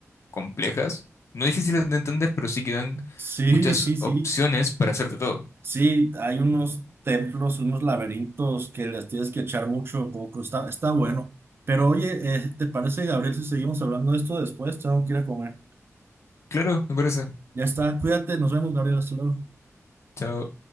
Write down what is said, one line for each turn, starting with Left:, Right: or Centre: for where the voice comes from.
Left: complejas, no difíciles de entender, pero sí que dan
Right: Sí,
Left: muchas
Right: sí, sí.
Left: opciones para hacerte todo.
Right: Sí, hay unos templos, unos laberintos que les tienes que echar mucho poco. Está, está bueno. Pero oye, eh, ¿te parece, Gabriel, si seguimos hablando de esto después? Tengo que ir a comer.
Left: Claro, me parece.
Right: Ya está, cuídate, nos vemos, Gabriel, hasta luego.
Left: Chao.